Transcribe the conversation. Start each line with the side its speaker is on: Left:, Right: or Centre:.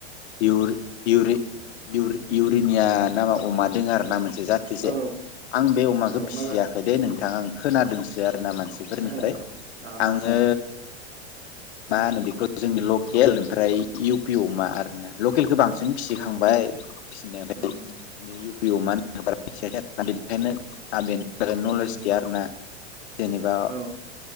Left: इउरि-इउरे-इउरि-इउरिनिया नामा अमा दोङो आरोना मोनसे जाथोसे
Right: औ
Left: आं बे अमाखौ
Right: औ
Left: फिसियाखै
Right: माबा
Left: दे नों आं खोनादोंसो आ ना मानसिफोरनिफ्राय
Right: ओ औ
Left: आङो मा होनो बेखो जोंनि लकेल ओमफ्राय इउ पि अमा आरोना लकेलखो बां जों फिसिखांबाय
Right: उम
Left: फिसिनायालाय
Right: उम
Left: नै इउ पि अमा <inaudible> बेखायनो आ बेनि बागै
Right: उम
Left: नलेज यारना जेनेबा
Right: औ